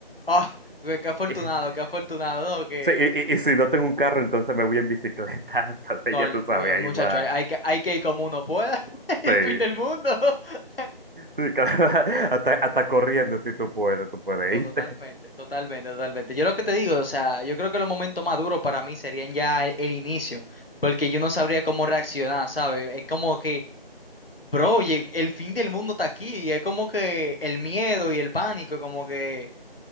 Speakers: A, on the left (about 65°); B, on the right (about 60°).
A: Ah, qué, qué afortunado,
B: <laughs>
A: qué afortunado, ¿no? Que...
B: Sí, y, y- y si no tengo un carro, entonces me voy en bicicleta. <laughs> Entonces
A: No,
B: ya
A: el
B: tú
A: mu-
B: sabes,
A: el
B: ahí
A: muchacho,
B: va.
A: hay, hay que, hay que ir como uno pueda. <laughs> El
B: Sí.
A: fin del mundo. <laughs>
B: Sí, <laughs> hasta, hasta corriendo, si tú puedes, tú puedes
A: No,
B: irte.
A: totalmente, totalmente, totalmente. Yo lo que te digo, o sea, yo creo que los momentos más duros para mí serían ya el, el inicio, porque yo no sabría cómo reaccionar, ¿sabes? Es como que, bro, lle- el fin del mundo está aquí, y es como que el miedo y el pánico, como que...